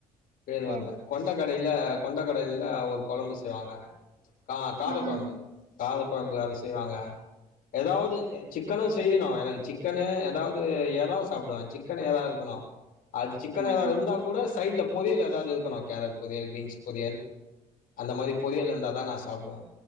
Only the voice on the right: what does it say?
சேரி
சேரி
ஆ
ஆ
ஆ
ஆ